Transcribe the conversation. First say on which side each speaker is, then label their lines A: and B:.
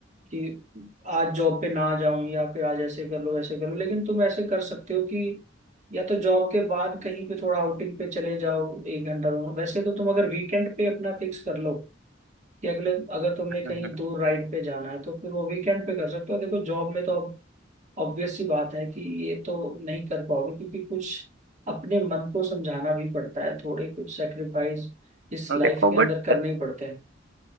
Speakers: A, on the right; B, on the right.
A: कि आज जॉब पे ना जाऊं या फिर आज ऐसे कर लो ऐसे कर लो लेकिन तुम ऐसे कर सकते हो कि या तो जॉब के बाद कहीं पे थोड़ा आउटिंग पे चले जाओ एक घंटा दो घंटा। वैसे तो तुम अगर वीकेंड पे अपना फिक्स कर लो कि अगले अगर तुमने
B: हम्म,
A: कहीं
B: हम्म।
A: दूर राइड पे जाना है तो फिर वो वीकेंड पे कर सकते हो देखो जॉब में तो ऑब्वियस सी बात है कि ये तो नहीं कर पाओगे क्योंकि कुछ अपने मन को समझाना भी पड़ता है थोड़े कुछ सेक्रीफाइस इस लाइफ
B: देखो
A: के अंदर
B: बट
A: करने ही पड़ते हैं